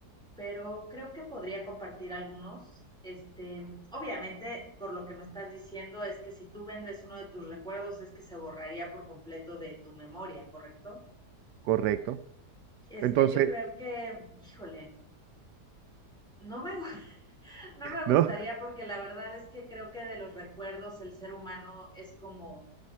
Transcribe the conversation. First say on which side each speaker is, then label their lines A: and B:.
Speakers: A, in the centre; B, on the right (about 80°).
A: pero creo que podría compartir algunos. Este, obviamente, por lo que me estás diciendo, es que si tú vendes uno de tus recuerdos, es que se borraría por completo de tu memoria, ¿correcto?
B: Correcto.
A: Este,
B: Entonces,
A: yo creo que, híjole, no me, gu- <laughs> no me gustaría
B: no,
A: porque la verdad es que creo que de los recuerdos el ser humano es como